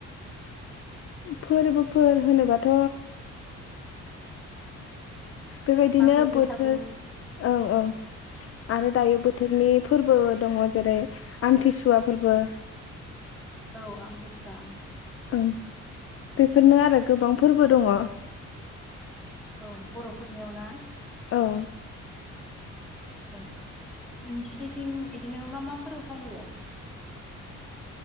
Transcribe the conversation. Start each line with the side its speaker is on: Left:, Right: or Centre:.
Left: फोरबोफोर होनोबाथ'
Centre: औ
Left: बेबायदिनो
Centre: मागो बैसागु
Left: बोथोर ओं
Centre: औ
Left: ओं आरो दायो बोथोरनि फोरबो दङ जेरै आमथिसुवा फोरबो
Centre: औ आमथिसुवा
Left: ओं बेफोरनो आरो गोबां फोरबो दङ
Centre: औ बर'फोरनियाव ना
Left: औ
Centre: ओं नोंसिनिथिं बिदिनो मा मा फोरबो फालियो